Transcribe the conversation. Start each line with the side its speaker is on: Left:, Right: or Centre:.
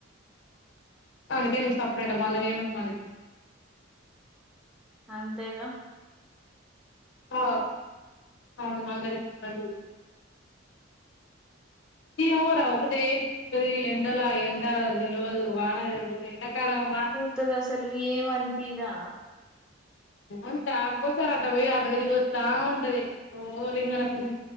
Left: అందుకే నేన్ సపరేట్ మళ్ళ నేన్ కూడా మానె
Centre: అంతేగ
Left: ఆ అవును మళ్ళ <unintelligible> ఈ వోరా ఒకటే తిప్పుతది ఎండలా ఎండ తెలువదు వా న తెల్వదు ఎండకాలం వా న్
Centre: స్తది అసలు ఏమి అన్పీదా
Left: అవును తాపకి ఒకసారి అట్ట పోయి అట్ట తిరిగి వస్తా ఉంటాది ఓ లింగానపురి